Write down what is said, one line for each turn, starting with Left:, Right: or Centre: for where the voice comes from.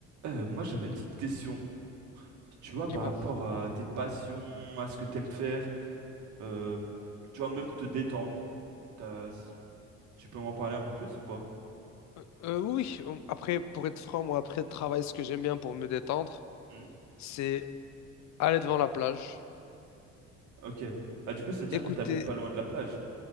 Right: Euh, moi, j'avais une petite question. Tu vois,
Left: Dis-moi.
Right: par rapport à tes passions, à ce que t'aimes faire, euh, tu vois, même te détendre. T'as- Tu peux m'en parler un peu plus ou pas?
Left: Euh, euh, oui, euh, après, pour être franc, moi, après le travail, ce que j'aime bien pour me détendre,
Right: Hmm
Left: c'est aller devant la plage,
Right: Ok. Ah, du coup, c'est-à-dire
Left: écouter,
Right: que t'habites pas loin de la plage.